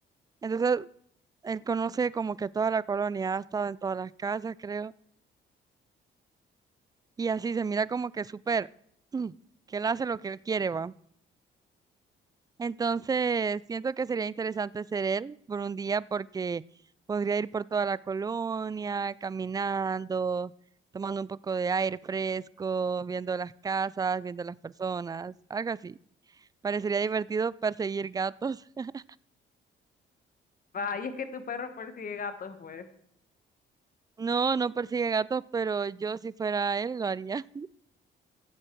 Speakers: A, on the right (about 20°); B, on the left (about 45°).
A: Entonces Él conoce como que toda la colonia, ha estado en todas las casas, creo. Y así se mira como que súper, mm, que él hace lo que él quiere, va. Entonces, siento que sería interesante ser él por un día porque podría ir por toda la colonia, caminando, tomando un poco de aire fresco, viendo las casas, viendo las personas, algo así. Parecería divertido perseguir gatos. <laughs>
B: Va, y es que tu perro persigue gatos, pues.
A: No, no persigue gatos, pero yo si fuera él lo haría.